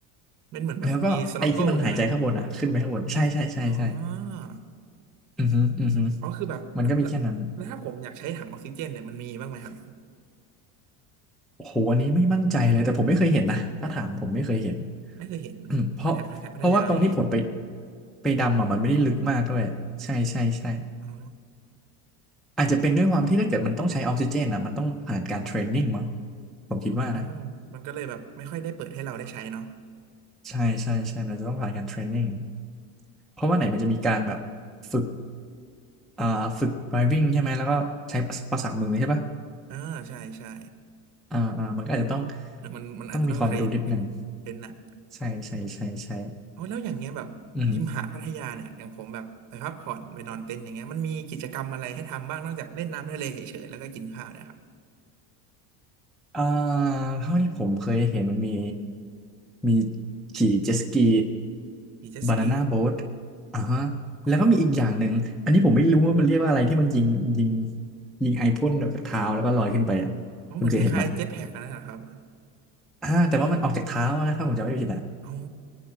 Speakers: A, on the right (about 45°); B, in the centre.
A: มันเหมือนแบบมีสโนว์เกิลใช่ไหม
B: แล้วก็ไอ้ที่มันหายใจข้างบนอ่ะขึ้นไปข้างบนใช่ใช่ใช่ใช่
A: อ๋อ
B: อือฮึอือฮึ
A: อ๋อคือแบบแล้วแล้วถ้าผมอยากใช้ถังออกซิเจนเนี่ยมันมีบ้างไหมครับ
B: มันก็มีแค่นั้นโอ้โหอันนี้ไม่มั่นใจเลยแต่ผมไม่เคยเห็นนะถ้าถามผมไม่เคยเห็น
A: ไม่เคยเห็น
B: อืมเพราะเพราะว่าตรงที่ผมไป
A: แถบแถบพัทยาไม่มี
B: ไปดำอ่ะมันไม่ได้ลึกมากด้วยใช่ใช่ใช่
A: อ๋อ
B: อาจจะเป็นด้วยความที่ถ้าเกิดมันต้องใช้ออกซิเจนอ่ะมันต้องผ่านการเทรนนิ่งมั้งผมคิดว่านะ
A: อ๋อมันก็เลยแบบไม่ค่อยได้เปิดให้เราได้ใช้เนาะ
B: ใช่ใช่ใช่มันจะต้องผ่านการเทรนนิ่งเพราะว่าไหนมันจะมีการแบบฝึกอ่าฝึก driving ใช่ไหมแล้วก็ใช้ประสาทมือใช่ปะ
A: อ่าใช่ใช่
B: อ่าอ่ามันก็อาจจะต้อง
A: เออมันมันอาจจะต้องเทรน
B: ต้องมีความรู้นิดหนึ่ง
A: เทรนหนัก
B: ใช่ใช่ใช่ใช่
A: เอาแล้วอย่างเงี้ยแบบริมหาดพัทยาเนี่ยอย่างผมแบบไปพักผ่อนไปนอนเต็นท์อย่างเงี้ยมันมีกิจกรรมอะไรให้ทำบ้างนอกจากเล่นน้ำทะเลเฉยๆแล้วก็กินข้าวเนี่ยครับ
B: อืมอ่าเท่าที่ผมเคยเห็นมันมีมีขี่เจ็ตสกี
A: ขี่เจ็ตสกี
B: บานาน่าโบ๊ทอ่าฮะแล้วก็มีอีกอย่างหนึ่งอันนี้ผมไม่รู้ว่ามันเรียกว่าอะไรที่มันยิงยิง
A: อ๋อ
B: ยิงไอพ่นออกจากเท้าแล้วก็ลอยขึ้นไปอ่ะคุณเคยเห็นปะ
A: อ๋อเหมือนคล้ายๆเจ็ตแพ็กนะครับ
B: อ่าแต่ว่ามันออกจากเท้านะครับผมจำไม่ผิดอ่ะ
A: อ๋อ